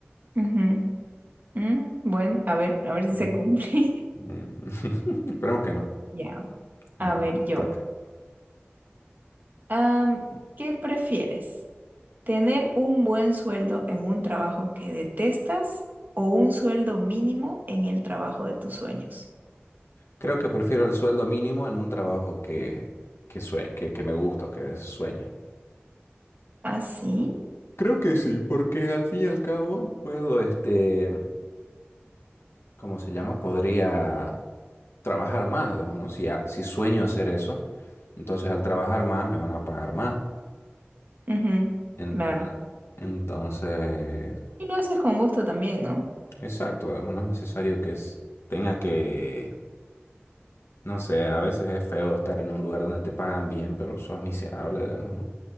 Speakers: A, on the right; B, on the left.
A: Ujú. Mm, bueno, a ver, a ver
B: Ujú.
A: si se cumple.
B: Mm,
A: <laughs>
B: <laughs> Esperemos que no.
A: Ya,
B: A
A: a
B: ver,
A: ver
B: me
A: yo.
B: toca.
A: Am, ¿qué prefieres? ¿Tener un buen sueldo en un trabajo que detestas o un sueldo mínimo en el trabajo de tus sueños?
B: Creo que prefiero el sueldo mínimo en un trabajo que, que, sue- que, que me gusta o que es sueño.
A: Ah, sí.
B: Creo que sí, porque al fin y al cabo puedo, este, ¿cómo se llama? Podría trabajar más, digamos, ¿no? Si, a- si sueño hacer eso, entonces al trabajar más me van a pagar más.
A: Ujú,
B: En-
A: claro.
B: entonces,
A: Y lo haces con gusto también, ¿no?
B: exacto, digamos, no es necesario que es- tenga que, no sé, a veces es feo estar en un lugar donde te pagan bien, pero sos miserable, digamos, ¿no?